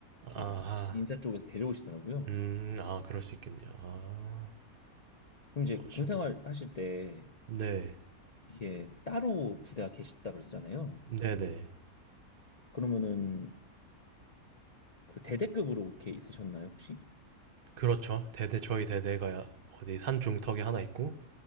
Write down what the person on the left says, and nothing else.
이렇게
인사 쪽에서 데려오시더라고요.
그럼 이제
군생활 하실 때
이게 따로 부대가 계셨다 그랬잖아요.
그러면은 그 대대급으로 이렇게 있으셨나요, 혹시?